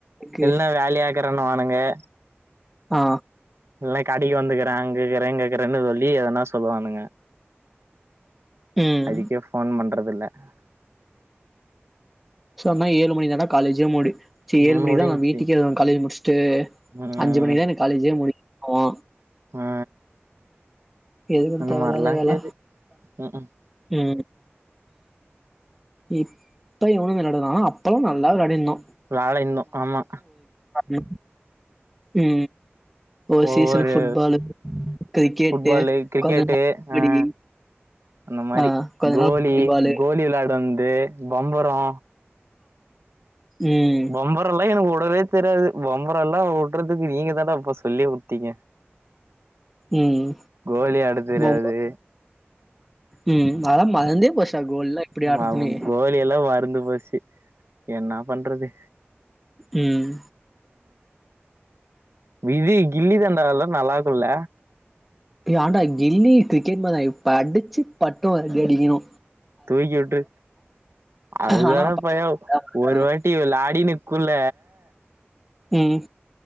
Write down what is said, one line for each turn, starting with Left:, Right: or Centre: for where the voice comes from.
Centre: க்கு
Right: இல்ல வேலயாக்கறேனுவாங்க ஏ
Centre: ஆ
Right: இல்னா கடக்கி வந்துக்குறே அங்க இக்குறே இங்க இக்குறேனு சொல்லி எதானா சொல்லுவானுங்க
Centre: ம்
Right: அதுக்கே ஃபோன் பண்றது இல்ல ஆ
Centre: சோன்னா ஏழு மணிக் தான்டா காலேஜே முடி சே
Right: ம்
Centre: ஏழு மணிக்தா
Right: முடிஞ்ச்சு
Centre: நா வீட்டுக்கே வருவே காலேஜ் முடிச்சுட்டு
Right: ம்
Centre: அஞ்சு மணிக்தா எனக்கு காலேஜே முடியு ஆமா
Right: ஆ
Centre: எதுக்கு
Right: அந்த
Centre: தேவல்லாத
Right: மாரிலா
Centre: வேல
Right: இக்குது ம் ம்
Centre: உ <inaudible> இப்ப எவனு வெளாடலனாலு அப்பலா நல்லா விலாடின்ருந்தோ
Right: விலாடினுர்ந்தோ ஆமா
Centre: உ உ ஒரு
Right: ஒவ்வொரு
Centre: சீசன் ஃபுட்பாலு கிரிக்கெட்டு
Right: ஃபுட்பாலு கிரிக்கெட்டு
Centre: கொஞ்ச நேரோ கபடி
Right: ஆ அந்த மாரி
Centre: ஆ கொஞ்ச
Right: கோலி
Centre: நாள் வாலிபாலு
Right: கோலி விளாடு வந்து ஏ பம்பரோ
Centre: ம்
Right: பம்பரல்லா எனக்கு ஒ உடவே தெரியாது பம்பரல்லா உடறதுக்கு நீங்க தானடப்பா சொல்லியே குடுத்தீங்க
Centre: ம்
Right: கோலி ஆடத் தெரியாது
Centre: பொம்ம ம் அதெல்லா மறந்தே போஸ்சாக்கு எல்லா எப்பிடி ஆடுறதுனே
Right: ம் கோலி எல்லா மறந்து போஸி என்னா பண்றது
Centre: ம்
Right: விதி கில்லி தண்டாளல்லா நல்லாக்கும்ல்ல
Centre: ஏன்டா கில்லி கிரிக்கெட் மாறிதா இப்ப அடிச்சிபட்டோ அடிக்கிணு
Right: தூக்கி விட்டுரு அதுதான
Centre: ஆனா
Right: பையோ
Centre: பண்றானுங்க
Right: ஒரு வாட்டி விளாடினு குள்ள
Centre: ம்